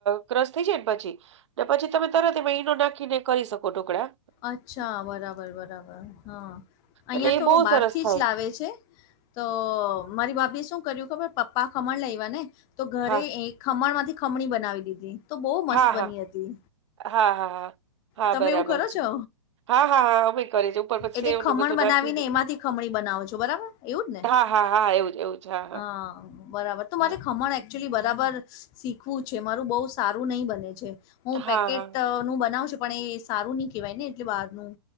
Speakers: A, on the right; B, on the left.
A: ક્રસ થઈ જાય ને પછી ને પછી તમે તરત એમાં ઈનો નાખીને કરી શકો ટુકડા.
B: અચ્છા બરાબર બરાબર હા અહિયાં
A: એટલે એ
B: તો
A: બહુ
B: બહારથી
A: સરસ થાય
B: જ લાવે છે તો મારી ભાભીએ શું કર્યું ખબર પપ્પા ખમણ લયવા ને તો ઘરે
A: હા
B: એક ખમણમાંથી ખમણી બનાવી દીધી તો બહુ મસ્ત
A: હા હા
B: બની
A: હા
B: હતી
A: હા હા હા.
B: તમે
A: બરાબર
B: એવું કરો
A: છે
B: છો.
A: હા હા હા અમે કરીએ છીએ ઉપર પછી
B: એટલે
A: સેવને
B: ખમણ
A: બધું
B: બનાવીને
A: નાખીને
B: એમાંથી ખમણી બનાવો છો બરાબર. એવું જ ને
A: હા હા હા એવું જ એવું જ હા
B: હા બરાબર તો
A: હા
B: મારે ખમણ ચુલી બરાબર શીખવું છે મારું બહુ સારું નહી બને છે હું
A: હા,
B: પેકેટ
A: હા,
B: હું બનાવ છું પણ એ સારું નહી કહેવાય ને એટલે બહારનું